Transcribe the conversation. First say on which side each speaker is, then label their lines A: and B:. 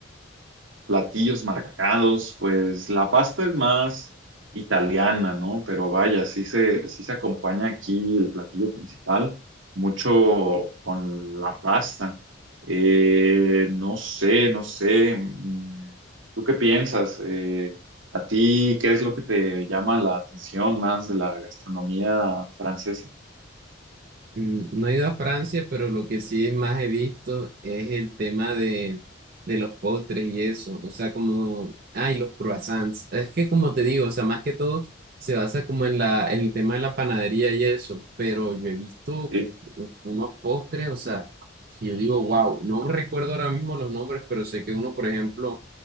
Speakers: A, on the right (about 70°); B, on the right (about 45°).
A: platillos marcados, pues la pasta es más italiana, ¿no? Pero vaya, sí se, sí se acompaña aquí el platillo principal, mucho con la pasta. Eh, no sé, no sé. mm, ¿Tú qué piensas? Eh, ¿a ti qué es lo que te llama la atención más de la gastronomía francesa?
B: Mm, No he ido a Francia, pero lo que sí más he visto es el tema de, de los postres y eso. O sea, como, ay, los croissants. Es que como te digo, o sea, más que todo se basa como en la, en el tema de la panadería y eso. Pero yo he visto
A: Sí.
B: uf, unos postres, o sea, que yo digo, wow, no recuerdo ahora mismo los nombres, pero sé que uno, por ejemplo,